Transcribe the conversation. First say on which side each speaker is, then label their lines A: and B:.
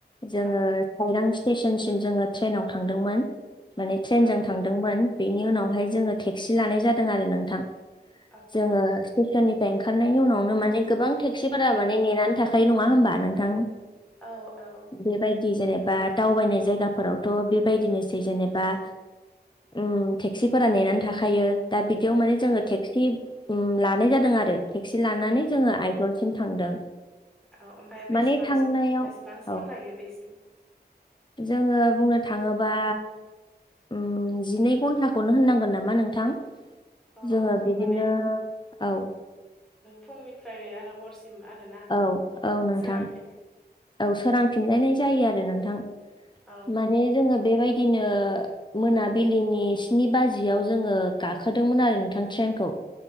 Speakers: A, on the left; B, in the centre.
A: जोङो
B: औ
A: साइरां स्टेसनसिम जोङो ट्रेनाव थांदोंमोन माने ट्रेनजों
B: औ
A: थांदों थांदोंमोन बेनि उनावहाय जोङो टेक्सि लानाय जादों आरो नोंथां
B: औ
A: जोङो स्टेसननिफ्राय फ्राय ओंखारनायनि उनावनो माने गोबां टेक्सिफोरा माने नेनानै थाखायो नङा होमबा नोंथां
B: औ औ
A: बेबायदि जेनेबा दावबायनाय जायगाफोरावथ' बेबायदिनोसै जेनेबा उम टेक्सिफोरा नेनानै थाखायो दा बिदियाव माने
B: औ
A: जोङो टेक्सि लानाय जादों आरो टेक्सि लानानै
B: उम,
A: जोङो आइजलसिम थांदों
B: औ ओमफ्राय बेसेबांसिम
A: माने थांनायाव
B: बेसेबां सम
A: औ
B: लायो बेसिम?
A: जोङो बुंनो थाङोबा उम जिनै घन्टाखौनो होननांगोन नामा नोंथां
B: अ
A: जोङो बिदिनो
B: माने
A: औ
B: फुंनिफ्राय आरो हरसिम आरोना
A: औ औ नोंथां
B: सोरांफिन
A: औ सोरांफिनलायनाय जायो आरो नोंथां
B: औ
A: माने जोङो बेबायदिनो मोनाबिलिनि स्नि बाजियाव जोङो गाखोदोंमोन आरो नोंथां ट्रेनखौ।